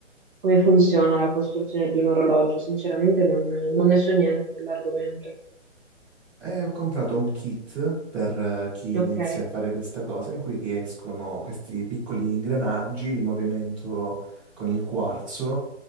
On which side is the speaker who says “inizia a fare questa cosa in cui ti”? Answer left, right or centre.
Centre